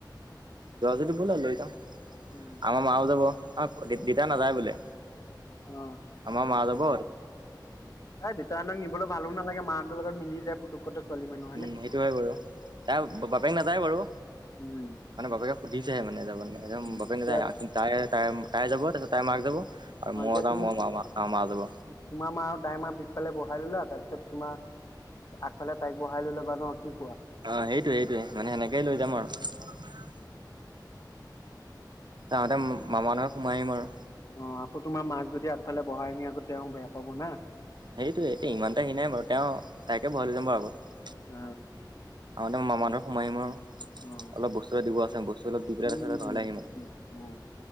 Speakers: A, on the right; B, on the left.
A: যোৱা যদি বলা লৈ যাওঁ,
B: উম,
A: আমাৰ মাও যাব। আক দেত দেতা নেযায় বোলে,
B: অ'।
A: আমাৰ 'মা' যাব।
B: এ দেউাহঁতক নিবলে ভালো নালাগে, মাহঁতৰ লগত মিলি যায়, পুটোক কটক কলি মানু্হ।
A: উম' সেইটো হয় বাৰু, তাৰ বাপেক নাযায় বাৰু।
B: উম'।
A: মানে বাপেকে সুধিছেহে মানে যাব, নাযায়,
B: উম,
A: বাপেক
B: এতিয়া
A: নাযায় তাই, তাই, তাই যাব, তাৰপিছত তাই মাক যাব, আৰু
B: অ',
A: মই
B: এতিয়া
A: যাওঁ,
B: তুমি
A: মই মামা 'মা' যাব।
B: তোমাৰ 'মা' আৰু তাই 'মা' পিছফালে বহাই ল'লা, তাৰপিছত তোমাৰ আগফালে তাইক বহাই লৈ ল'বা ন, কি কোৱা?
A: অ' সেইটোয়ে, সেইটোয়ে, মানে সেনেকেই লৈ যাম আৰু। আহোঁতে মামাহত সোমাই আহিম আৰু।
B: অ আকৌ তোমাৰ মাক যদি আগফালে বহাই নিয়া আকৌ তেওঁ বেয়া পাব না।
A: সেইটোয়ে এতিয়া ইমানতে সি নাই বাৰু। তেওঁ তাইকে বহাই লৈ যাম বাৰু আগত।
B: অ।
A: আহোঁতে মামাহতত সোমাই আহিম আৰু।
B: অ।
A: বস্তুৱেই দিব আছে, বস্তু অলপ পেলাই
B: উম,
A: তাৰপিছত
B: উম,
A: ঘৰ আহিম আৰু।
B: উম, উম